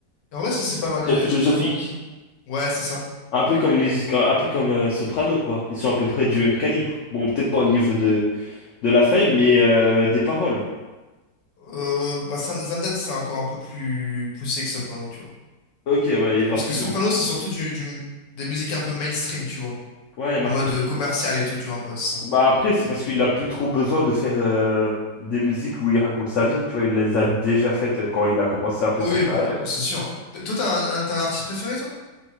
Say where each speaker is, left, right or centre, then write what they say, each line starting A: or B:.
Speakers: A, on the left (about 80°); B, on the left (about 75°).
A: en vrai, c'est c'est pas mal.
B: très
A: J'ai-
B: philosophique.
A: j'ai- J'aime vraiment beaucoup. Ouais, c'est ça.
B: Un peu comme les, un peu comme euh, Soprano, quoi. Ils sont à peu près du même calibre. Bon, peut-être pas au niveau de, de la fame, mais euh, des paroles.
A: Euh, bah, Sam- Zamdan, c'est encore un peu plus poussé que Soprano, tu vois.
B: Ok, ouais, il va
A: Parce
B: plus
A: que soprano,
B: loin.
A: c'est surtout du, du- des musiques un peu mainstream, tu vois.
B: Ouais, marketing.
A: En mode euh, commercial et tout, tu vois, un peu, ouais, c'est ça.
B: Bah après, c'est parce qu'il a plus trop besoin de faire euh, des musiques où il raconte sa vie. Tu vois, il les a déjà faites euh, quand il a commencé un peu
A: Oui,
B: sa carrière.
A: bah, c'est sûr. T- Toi, t'as un, un- t'as un artiste préféré, toi?